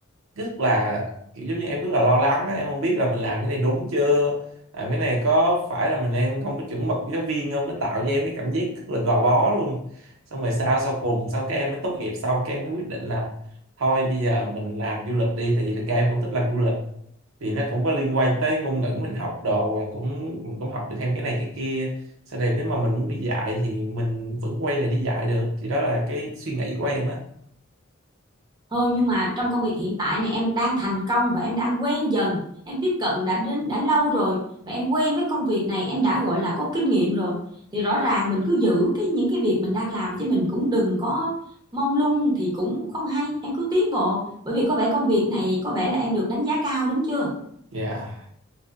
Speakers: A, on the right (about 70°); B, on the right (about 20°).
A: rất là kiểu giống như em rất là lo lắng á, em không biết là mình làm cái này đúng chưa làm cái này có phải là mình đang không có chuẩn mực với giáo viên không nó tạo cho em cái cảm giác rất là gò bó luôn xong rồi sao sau cùng xong các em mới tốt nghiệp xong các em mới quyết định là thôi bây giờ mình làm du lịch đi tại vì thực ra em cũng thích làm du lịch thì nó cũng có liên quan tới ngôn ngữ mình học đồ rồi cũng mình cũng học được thêm cái này cái kia sau này nếu mà mình muốn đi dạy thì mình vẫn quay lại đi dạy được thì đó là cái suy nghĩ của em á
B: Ừ, nhưng mà trong công việc hiện tại này em đang thành công và em đang quen dần em tiếp cận đã đến đã lâu rồi và em quen với công việc này em đã gọi là có kinh nghiệm rồi thì rõ ràng mình cứ giữ cái những cái việc mình đang làm chứ mình cũng đừng có mông lung thì cũng không hay em cứ tiến bộ bởi vì có vẻ công việc này có vẻ là em được đánh giá cao đúng chưa
A: Dạ